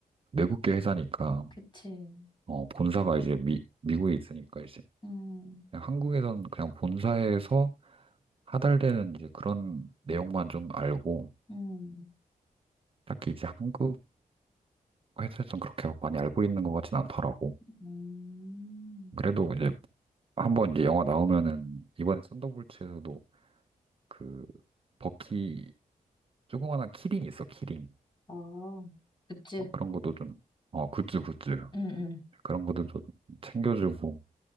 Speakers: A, on the right; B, on the left.
A: 외국계 회사니까,
B: 그치.
A: 어, 본사가 이제 미, 미국에 있으니까
B: 음,
A: 그냥 한국에서는 그냥 본사에서 하달되는 이제 그런 내용만 좀 알고
B: 음,
A: 딱히 이제 한국 회사에서는 그렇게 막 많이 알고 있는 것 같진 않더라고.
B: 음.
A: 그래도 이제 한번 이제 영화 나오면은 이번에 썬더볼츠에서도 그 버키 조그만한 키링 있어 키링
B: 어, 굿즈.
A: 어, 그런 것도 좀 어 굿즈 굿즈
B: 음, 음.
A: 그런 것도 좀 챙겨주고